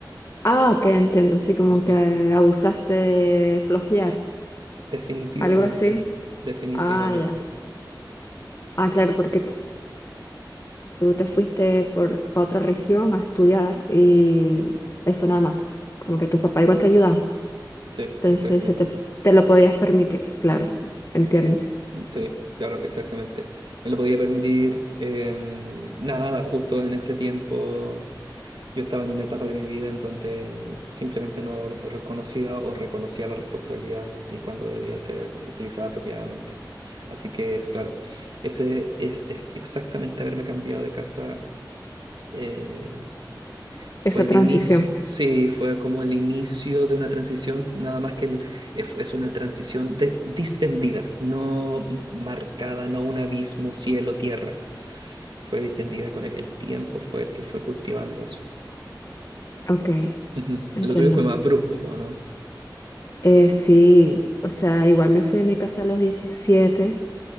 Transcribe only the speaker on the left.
Ah, ok, entiendo. Sí, como
que abusaste de flojear.
Algo así.
Ah, ya. Ah, claro, porque tú tú te fuiste por a otra región a estudiar y eso nada más. Como que tus papás igual te ayudaban.
Entonces
se te, te lo podías permitir. Claro, entiendo.
Esa
transición.
Ok,
entiendo.
Eh, sí, o sea, igual me fui de mi casa a los 17